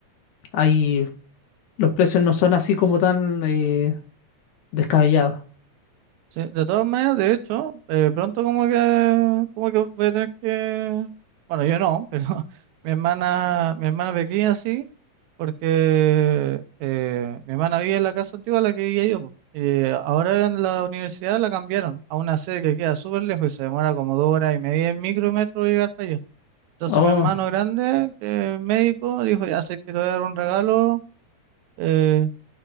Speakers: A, on the left; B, on the right.
A: ahí los precios no son así como tan eh, descabellados.
B: Sí, de todas maneras, de hecho, eh, pronto como que, como que voy a tener que, bueno, yo no, <laughs> pero mi hermana, mi hermana pequeña sí, porque eh, mi hermana vive en la casa antigua en la que vivía yo. po. Y ahora en la universidad la cambiaron a una sede que queda súper lejos y se demora como dos horas y media en micrometro llegar para allá. Entonces
A: Oh,
B: mi hermano grande, que es médico, dijo, ya sé que te voy a dar un regalo eh,